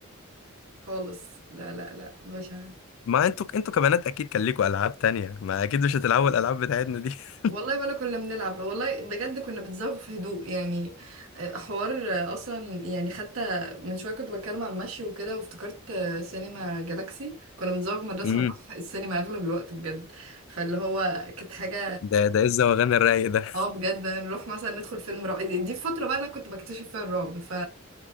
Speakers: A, on the right; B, on the left.
A: خالص لا لا لا بشع
B: ما انتوا انتوا كبنات اكيد كان ليكوا العاب تانية ما اكيد مش هتلعبوا الالعاب بتاعتنا دي <laughs>
A: والله ولا كنا بنلعب والله بجد كنا بتزوغ في هدوء يعني آه، حوار آه، أصلا يعني حتى من شوية كنت بتكلم على المشي وكده وافتكرت آه، سينما جالاكسي كنا بنزوغ من المدرسة
B: امم
A: ونروح السينما أغلب الوقت بجد فاللي هو كانت حاجة
B: ده ده ايه الزواغان الرايق ده؟
A: اه بجد نروح مثلا ندخل فيلم رعب دي الفترة بقى اللي أنا كنت بكتشف فيها الرعب ف